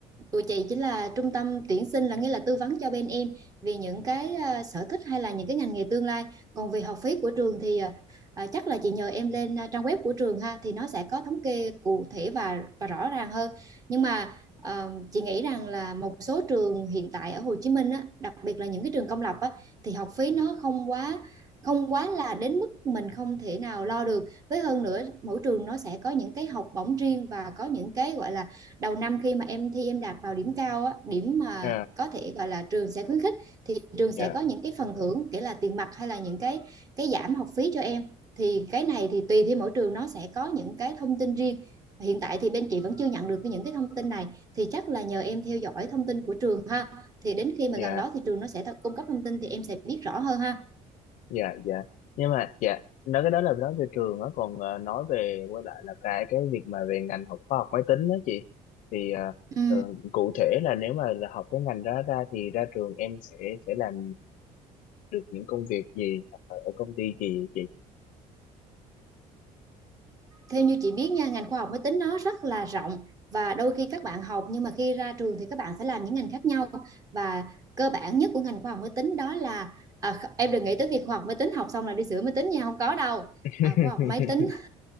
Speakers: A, on the right (about 25°); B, on the left (about 65°).
A: tụi chị chính là trung tâm tuyển sinh là nghĩa là tư vấn cho bên em về những cái à, sở thích hay là những cái ngành nghề tương lai còn về học phí của trường thì à, à, chắc là chị nhờ em lên à, trang web của trường ha thì nó sẽ có thống kê cụ thể và và rõ ràng hơn nhưng mà à, chị nghĩ rằng là một số trường hiện tại ở Hồ Chí Minh á, đặc biệt là những cái trường công lập á, thì học phí nó không quá không quá là đến mức mình không thể nào lo được với hơn nữa mỗi trường nó sẽ có những cái học bổng riêng và có những cái gọi là đầu năm khi mà em thi em đạt vào điểm cao á, điểm mà
B: à.
A: có thể gọi là trường sẽ khuyến khích thì trường sẽ
B: dạ
A: có những cái phần thưởng kể là tiền mặt hay là những cái cái giảm học phí cho em thì cái này thì tùy theo mỗi trường nó sẽ có những cái thông tin riêng hiện tại thì bên chị vẫn chưa nhận được những cái thông tin này thì chắc là nhờ em theo dõi thông tin của trường ha thì đến khi mà
B: dạ
A: gần đó thì trường nó sẽ cung cấp thông tin thì em sẽ biết rõ hơn ha
B: dạ dạ nhưng mà dạ nói cái đó là nói về trường á còn ờ, nói về quay lại là cái cái việc mà về ngành học khoa học máy tính đó chị thì ờ,
A: Ừm,
B: ờ, cụ thể là nếu mà là học cái ngành đó ra thì ra trường em sẽ sẽ làm được những công việc gì hoặc là ở công ty gì vậy chị
A: theo như chị biết nha ngành khoa học máy tính nó rất là rộng và đôi khi các bạn học nhưng mà khi ra trường thì các bạn sẽ làm những ngành khác nhau và cơ bản nhất của ngành khoa học máy tính đó là à, em đừng nghĩ tới việc khoa học máy tính học xong là đi sửa máy tính nha không có đâu
B: <laughs>
A: à, khoa học máy tính